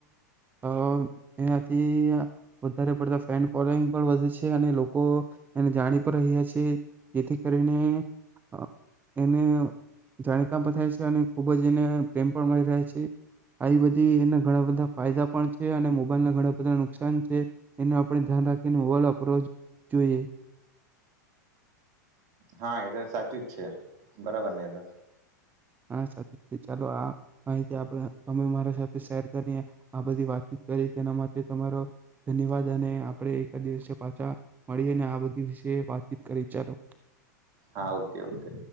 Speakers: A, on the right; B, on the right.
A: અ એનાથી વધારે પડતા ફેન ફોલોઈંગ પણ વધે છે અને લોકો એને જાણી પણ રહ્યા છે જેથી કરીને અ એને જાણીતા પણ થાય છે અને ખુબ જ એને પ્રેમ પણ મળી રહ્યા છે આવી બધી એના ઘણા બધા ફાયદા પણ છે અને મોબાઈલના ઘણા બધા નુક નુકસાન છે એનું આપણે ધ્યાન રાખીને મોબાઈલ વાપરવા જોઈએ.
B: હા એ તો સાચું જ છે બરાબર ને એ તો.
A: હા સાથે ચાલો આ માહિતી આપ તમે મારા સાથે શેર કરીને આ બધી વાતચીત કરી તેના માટે તમારો ધન્યવાદ અને આપણે એકાદ દિવસે પાછા મળી અને આ બધી વિશે વાતચીત કરી ચાલો.
B: હા ઓકે ઓકે.